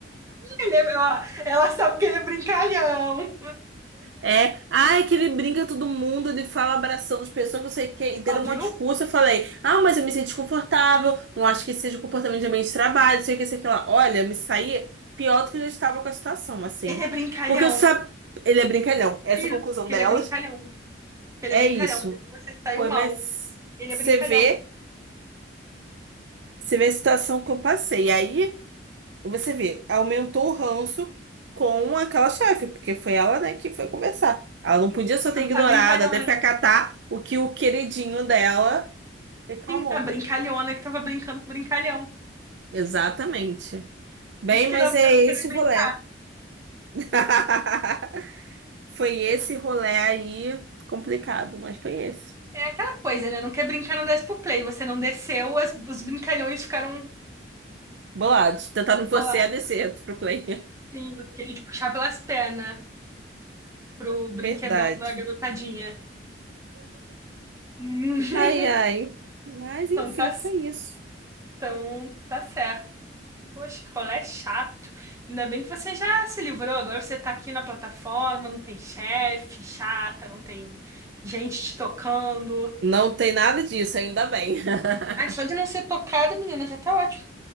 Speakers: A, on the right; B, on the right.
A: Ele é- ó, ela sabe que ele é brincalhão.
B: É, ai, que ele brinca com todo mundo, ele fala abraçando as pessoas, não sei o que, e deram
A: Ó,
B: uma
A: viu?
B: discurso, eu falei, ah, mas eu me sinto desconfortável, não acho que esse seja o comportamento de ambiente de trabalho, não sei o que, sei o que lá. Olha, eu me saí pior do que eu já estava com a situação, assim.
A: Ele é brincalhão.
B: Porque eu sabe, ele é brincalhão, essa
A: Por isso,
B: é a conclusão
A: porque
B: delas.
A: ele é brincalhão. Que ele
B: É
A: é brincalhão.
B: isso.
A: Por isso você saiu
B: Foi,
A: mal.
B: mas
A: Ele
B: você
A: é brincalhão.
B: vê, você vê a situação que eu passei. E aí você vê, aumentou o ranço com aquela chefe, porque foi ela, né, que foi conversar. Ela não podia só ter
A: A,
B: ignorado,
A: a brincalhona.
B: até ficar catar o que o queridinho dela reclamou.
A: Sim, a brincalhona que tava brincando com o brincalhão.
B: Exatamente. Bem,
A: Isso que
B: mas
A: dá você
B: é
A: não querer
B: esse
A: brincar.
B: rolê. <laughs> Foi esse rolê aí complicado, mas foi esse.
A: É aquela coisa, né? Não quer brincar, não desce pro play. Você não desceu, as- os brincalhões ficaram
B: Bolado, tentando você
A: bolados.
B: a descer pro play.
A: Sim, você queria te puxar pelas pernas pro
B: <laughs>
A: brinquedão
B: Verdade.
A: da garotadinha. Hum. <laughs>
B: Ai, ai. Mas enfim,
A: Então tá
B: foi isso.
A: Então, tá certo. Poxa, que rolê chato. Ainda bem que você já se livrou. Agora você tá aqui na plataforma, não tem chefe chata, não tem gente te tocando.
B: Não tem nada disso, ainda bem. <laughs>
A: Ai, só de não ser tocada, menina, já tá ótimo.